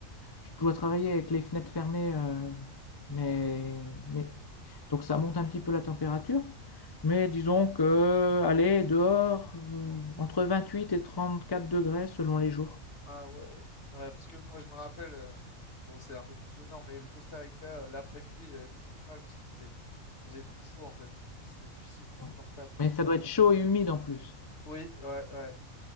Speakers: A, on the left; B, on the left.
A: Je dois travailler avec les fenêtres fermées, heu, mais mais donc ça monte un petit peu la température, mais disons que, allez, dehors, heu, entre 28 et 34 degrés selon les jours.
B: Ah ouais. Ouais, parce que moi je me rappelle, euh, bon c'est un peu plus au nord, mais le Costa Rica, euh, l'après-midi, j'avais beaucoup de mal parce qu'il faisait, il faisait trop chaud en fait. C'est difficilement supportable.
A: Ouais, mais ça doit être chaud et humide en plus.
B: Oui, ouais, ouais,